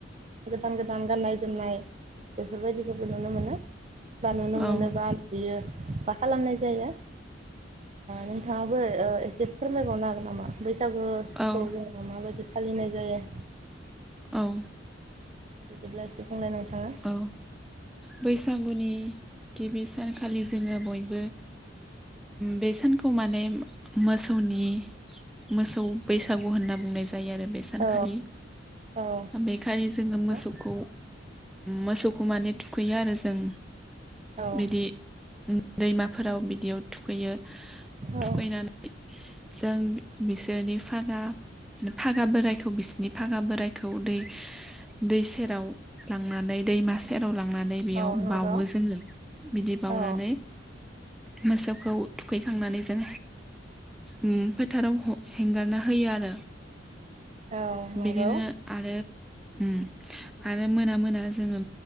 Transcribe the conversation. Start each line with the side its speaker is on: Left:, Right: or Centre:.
Right: गोदान गोदान गाननाय- जोमनाय बेफोरबायदिखौबो नुनो मोनो बा नुनो
Centre: औ
Right: मोनो बा नुयो मा खालामनाय जायो नोंथाङाबो ओ एसे फोरमायबावनो हागोन नामा बे बैसागोखौ
Centre: औ
Right: जोङो माबायदि फालिनाय जायो।
Centre: औ।
Right: बिदिब्ला बुंलाय नोंथाङा
Centre: औ बैसागुनि गिबि सानखालि जोङो बयबो बे सानखौ माने मोसौनि मोसौ बैसागु होनना बुंनाय जायो जायो आरो बे सानखालि
Right: औ औ
Centre: बेखालि जोङो
Right: नंगौ
Centre: मोसौखौ मोसौखौ माने थुखैयो आरो जों
Right: औ
Centre: बिदि दैमाफोराव बिदियाव थुखैयो
Right: औ
Centre: थुखैनानै जों बिसोर नि फागा फागा बोरायखौ बिसिनि फागा बोरायखौ दै दै सेराव लांनानै दैमा सेराव लांनानै बेयाव
Right: औ नंगौ
Centre: बावो जोङो बिदि बाउनानै
Right: औ
Centre: मोसौखौ थुखैखांनानै जों उम फोथाराव ह हेंगारना होयो आरो
Right: औ नंगौ
Centre: बिदिनो आरो उम आरो मोना मोना जोङो